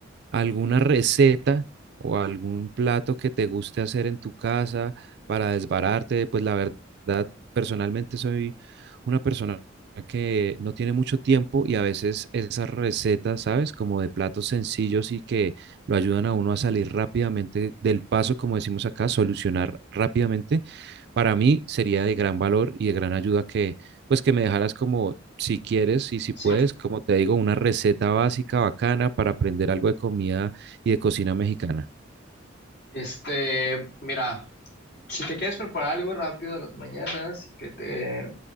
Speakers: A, on the right; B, on the left.
A: alguna receta o algún plato que te guste hacer en tu casa para desbararte, pues la verdad, personalmente soy una persona que no tiene mucho tiempo y a veces esas recetas, ¿sabes? Como de platos sencillos y que lo ayudan a uno a salir rápidamente del paso, como decimos acá, solucionar rápidamente, para mí sería de gran valor y de gran ayuda que, pues que me dejaras como si quieres y si
B: Sí,
A: puedes, como te digo, una receta básica bacana para aprender algo de comida y de cocina mexicana.
B: este, mira, si te quieres preparar algo rápido a las mañanas, que te,